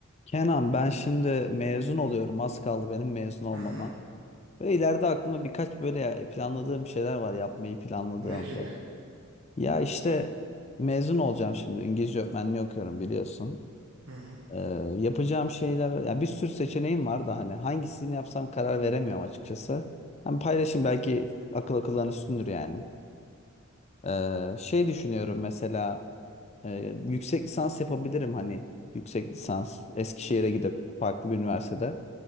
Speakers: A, on the left; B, on the right.
A: Kenan ben şimdi mezun oluyorum. Az kaldı benim mezun olmama.
B: Hı hı.
A: Ve ileride aklımda birkaç böyle ya- planladığım şeyler var yapmayı planladığım
B: Ne gibi?
A: böyle. Ya işte mezun olacağım şimdi. İngilizce öğretmenliği okuyorum biliyorsun.
B: Hı hı.
A: Ee, yapacağım şeyler ya bir sürü seçeneğim var da hani hangisini yapsam karar veremiyorum açıkçası. Hem paylaşayım belki akıl akıldan üstündür yani. Ee, şey düşünüyorum mesela e, yüksek lisans yapabilirim hani yüksek lisans Eskişehir'e gidip farklı bir üniversitede.